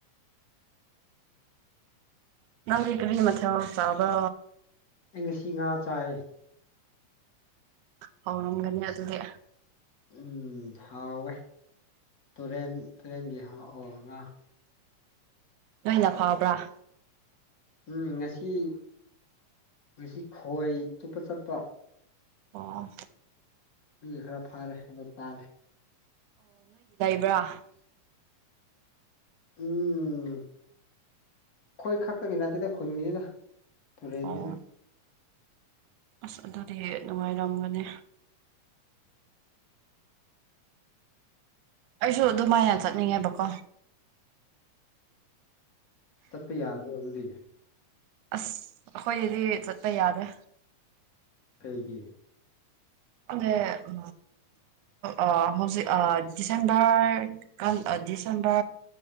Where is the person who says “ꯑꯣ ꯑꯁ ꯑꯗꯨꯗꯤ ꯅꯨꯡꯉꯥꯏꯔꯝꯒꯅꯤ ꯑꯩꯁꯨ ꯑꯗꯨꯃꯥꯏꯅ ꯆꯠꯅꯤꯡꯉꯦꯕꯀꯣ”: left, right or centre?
Right